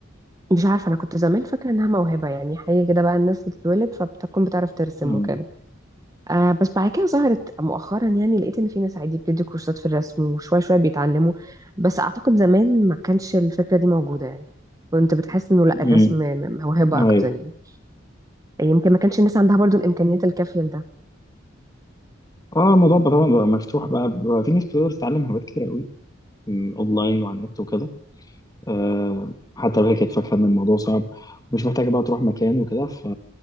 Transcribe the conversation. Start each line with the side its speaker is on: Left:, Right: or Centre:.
Right: مش عارفة انا كنت زمان فاكرة انها موهبة يعني حاجة كده بقى الناس بتتولد فبتكون بتعرف ترسم
Left: مم.
Right: وكده آه بس بعد كده ظهرت مؤخرا يعني لقيت ان في ناس عادي بتدي كورسات في الرسم وشوية شوية بيتعلموا بس اعتقد زمان ما كانش الفكرة دي موجودة يعني كنت بتحس انه لا
Left: مم.
Right: الرسم م- م- موهبة
Left: أيوه
Right: اكتر يعني يمكن ما كانش الناس عندها برضو الامكانيات الكافية لده.
Left: اه الموضوع بقى طبعا بقى مفتوح بقى, بقى في ناس بتقدر تتعلم هوايات كتير قوي م، اونلاين وعلى النت وكده آه حتى لو هي كانت فاكره ان الموضوع صعب ومش محتاجه بقى تروح مكان وكده ف-